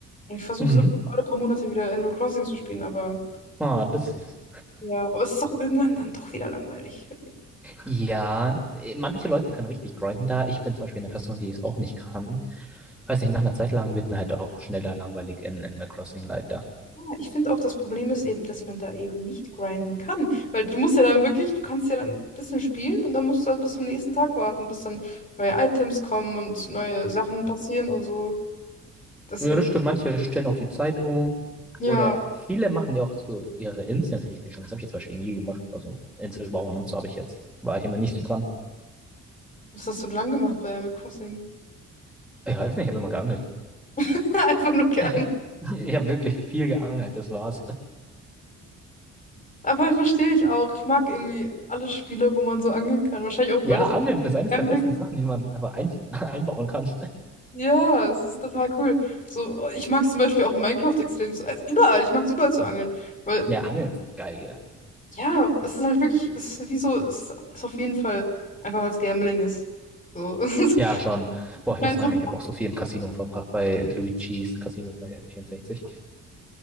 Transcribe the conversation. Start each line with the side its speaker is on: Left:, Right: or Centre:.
Left: Und ich versuche
Centre: Mhm.
Left: es alle paar Monate wieder Animal Crossing zu spielen, aber
Centre: Ah, das ist
Left: ja, aber es ist auch irgendwann dann doch wieder langweilig.
Centre: Ja, äh, manche Leute können richtig grinden da. Ich bin zum Beispiel eine Person, die es auch nicht kann. Weiß nicht, nach einer Zeit lang wird mir halt auch schneller langweilig in Animal Crossing leider.
Left: Ja, ich finde auch, das Problem ist eben, dass man da eben nicht grinden kann. Weil du musst ja dann wirklich, du kannst ja dann ein bisschen spielen und dann musst du halt bis zum nächsten Tag warten, bis dann neue Items kommen und neue Sachen passieren und so. Deswegen,
Centre: Ja, das stimmt. Manche stellen auch die Zeit um.
Left: ja,
Centre: Oder viele machen ja auch so ihre Inseln richtig schon. Das habe ich jetzt zum Beispiel nie gemacht. Also Inselbauern und so habe ich jetzt. War ich immer nicht so dran.
Left: was hast du denn dann gemacht bei Animal Crossing?
Centre: Ich weiß nicht, ich habe immer geangelt.
Left: <laughs> Einfach nur gerne.
Centre: Ich habe ich hab wirklich viel geangelt, das war's.
Left: Aber verstehe ich auch. Ich mag irgendwie alle Spiele, wo man so angehen kann. Wahrscheinlich auch,
Centre: Ja,
Left: weil das
Centre: Angeln ist eines
Left: Gambling
Centre: der besten
Left: ist.
Centre: Sachen, die man einfach ein, <laughs> einbauen kann.
Left: Ja, es ist total cool. So, ich mag es zum Beispiel auch in Minecraft extrem. so- Also überall, ich mag es überall zu angeln. Weil,
Centre: Ja, Angeln ist geil, gell?
Left: ja, es ist halt wirklich, es ist wie so, es ist auf jeden Fall einfach, weil es Gambling ist. So, <laughs> es ist-
Centre: Ja, schon. Boah,
Left: ich
Centre: ich
Left: meine,
Centre: muss sagen,
Left: so ist
Centre: ich habe auch so viel im Casino verbracht bei Luigi's Casino bei N64.